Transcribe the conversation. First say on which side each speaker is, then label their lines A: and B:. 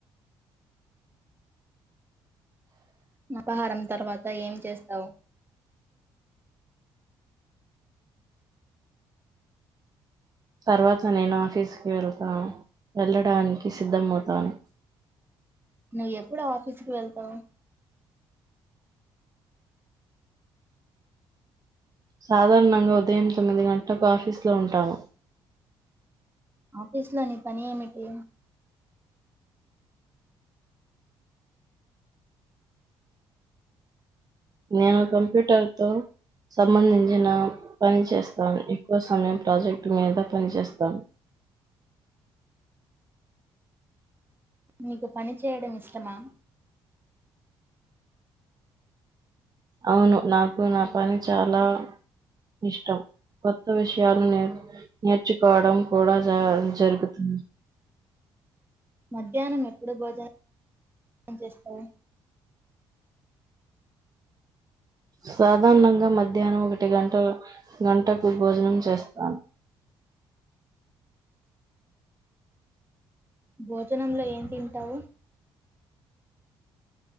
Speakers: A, on the right (about 20°); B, on the right (about 35°).
A: నపాహారం తర్వాత ఏం చేస్తావ్.
B: తర్వాత నేను ఆఫీస్కి వెళ్తా వెళ్ళడానికి సిద్ధమౌతాను.
A: నువ్ ఎప్పుడు ఆఫీస్కి వెళ్తావ్.
B: సాధార్ణంగ ఉదయం తొమ్మిది గంటకు ఆఫీస్లో ఉంటాను.
A: ఆఫీస్లో నీ పని ఏమిటి.
B: నేను కంప్యూటర్ తో సంబంధించిన పని చేస్తాను ఎక్కువ సమయం ప్రాజెక్ట్ మీద పని చేస్తాను.
A: నీకు పని చెయ్యడమిష్టమా.
B: ఔను నాకు నా పని చాలా ఇష్టం కొత్త విషయాలు నేర్ నేర్చుకోవడం కూడా జా జరుగుతుంది.
A: మధ్యానం ఎప్పుడు భోజన మ్ చేస్తావు.
B: సాధార్ణంగ మధ్యాహ్నం ఒకటి గంట్ గంటకు భోజనం చేస్తాను.
A: భోజనంలొ ఏం తింటావు.